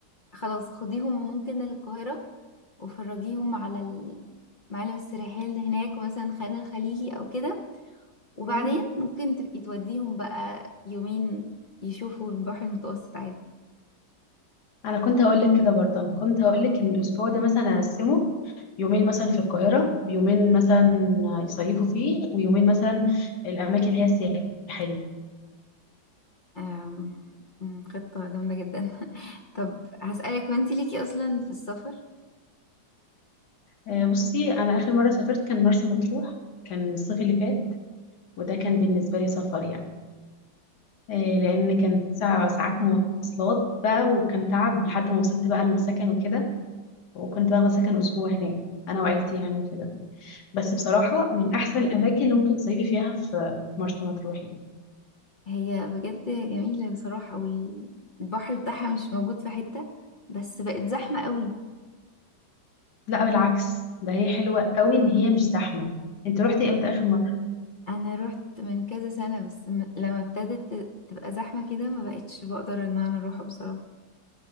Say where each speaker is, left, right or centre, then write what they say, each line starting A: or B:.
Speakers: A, on the left (about 45°); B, on the left (about 65°).
A: خلاص خديهم ممكن القاهرة وفرجيهم على المعالم السياحية اللي هناك ومثلا خان الخليلي او كده وبعدين
B: مم.
A: ممكن تبقي توديهم بقى يومين يشوفوا البحر المتوسط عادي
B: انا كنت هقول لك كده برضه انا كنت هقول لك ان الاسبوع ده مثلا اقسمه يومين مثلا في القاهره ويومين مثلا يصيفوا فيه ويومين مثلا الاماكن اللي هي السياحيه
A: آم، أمم، خطة جامدة جدا <laughs> طب هسألك هو انت ليكي أصلا في السفر
B: آه، بصي انا اخر مره سافرت كان مرسى مطروح كان الصيف اللي فات وده كان بالنسبه لي سفر يعني آه، لان كان تسع ساعات مواصلات بقى وكان تعب لحد ما وصلت بقى للسكن وكده وكنت واخده سكن اسبوع هناك انا وعيلتي يعني وكده بس بصراحه من احسن الاماكن اللي ممكن تصيفي فيها في مرسى مطروح يعني
A: هي بجد جميلة بصراحة والبحر بتاعها مش موجود في حتة بس بقت زحمة قوي
B: لا بالعكس ده هي حلوه قوي ان هي مش زحمه انت روحتي امتى اخر مره
A: أنا روحت من كذا سنة بس م- لما ابتدت ت- تبقى زحمة كده ما بقتش بقدر إن أنا أروحها بصراحة